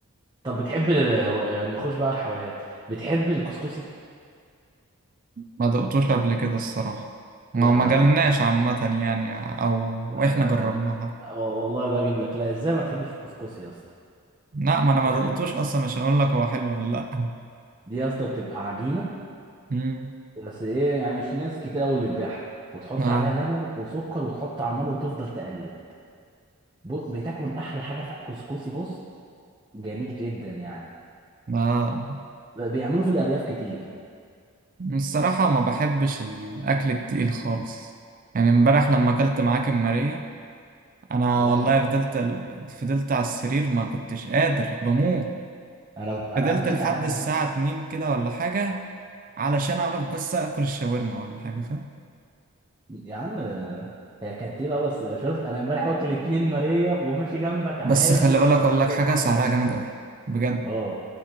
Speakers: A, on the right; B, on the right.
A: طب بتحب ال... آه، نخش بقى على الحلويات بتحب الكسكسي
B: ما دقتوش قبل كده الصراحة ما
A: لا
B: ما
A: لا
B: جالناش
A: لا أنت- أنت-
B: عامة يعني او
A: لا
B: احنا
A: لا
B: جربناها
A: لا لا. والله بجيب لك لا ازاي ما تحبش الكسكسي يا اسطى
B: لا ما انا ما
A: ده-
B: دقتوش اصلا عشان اقول لك هو حلو ولا لا
A: دي يا اسطى بتبقى عجينه
B: مم.
A: بس ايه يعني مش ناس كتير قوي اللي بتبيعها وتحط
B: اه
A: عليها لبن وسكر وتحط على النار وتفضل تقلب بو- بتاكل احلى حاجه في الكسكسي بص جميل جدا يعني
B: اه
A: بيعملوا في الارياف كتير
B: الصراحة ما بحبش الاكل التقيل خالص يعني امبارح لما اكلت معاك ماريا انا
A: انا
B: والله فضلت فضلت على السرير ما كنتش قادر بموت
A: انا أنا
B: فضلت
A: مشيت
B: لحد
A: على
B: الساعة
A: دي
B: اتنين كده ولا حاجة علشان اعرف بس اكل الشاورما ولا حاجه فاهم
A: يا عم هي كانت ايه بقى بس شفت انا امبارح واكل اتنين ماريا وماشي جنبك عادي
B: بس خلي
A: وكل
B: بالك اقول لك حاجه
A: حاجه
B: سعرها جامد قوي بجد
A: اه